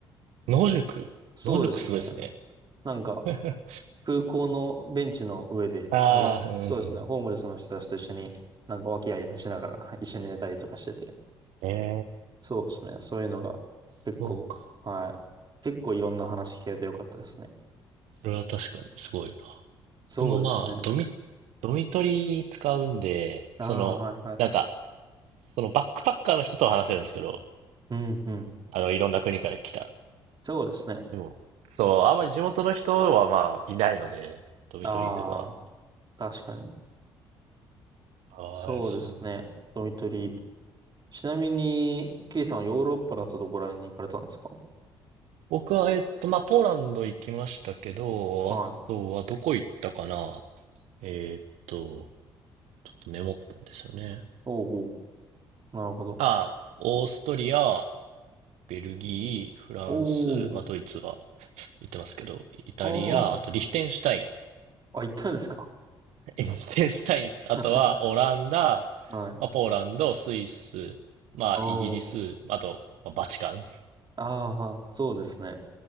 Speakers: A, on the right (about 65°); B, on the right (about 35°).
A: 野宿野宿すごいですね。
B: そうですね。なんか、
A: <laughs>
B: 空港のベンチの上で、
A: ああ、
B: なんか、
A: うんうん。
B: そうですね、ホームレスの人たちと一緒に、なんか、和気あいあいしながら <laughs> 一緒に寝たりとかしてて、
A: ええ、
B: そうですね、そういうのが結構、
A: そうか。
B: はい、結構いろんな話聞けてよかったですね。
A: それは確かにすごいな。
B: そうですね。
A: 僕もまあ、ドミ、ドミトリー使うんで、
B: ああ、
A: その、
B: はい、はい。
A: なんか、そのバックパッカーの人とは話せるんですけど、
B: うん、うん。
A: あの、いろんな国から来た。
B: そうですね。
A: でも、そう、あんまり地元の人はまあ、いないので、ドミトリーとかは。
B: ああ、確かに。
A: ああ、
B: そうですね。
A: そうなんだ
B: ドミトリー。ちなみに、ケイさんはヨーロッパだとどこら辺に行かれたんですか
A: 僕は、えっと、まあ、ポーランド行きましたけど、
B: はい。
A: あとはどこ行ったかなえーっと、ちょっとメモったんですよね。
B: おうおう。なるほど。
A: ああ、オーストリア、ベルギー、フランス、
B: おお。
A: まあ、ドイツは行ってますけど、イタリア、
B: おお。
A: あとリヒテンシュタイン。
B: あ、行ったんですか
A: <laughs> リヒテンシュタイン、あとはオランダ、
B: <laughs> はい。
A: まあ、ポーランド、スイス、まあ、
B: おお。
A: イギリス、あと、まあ、バチカン。
B: ああ、そうですね。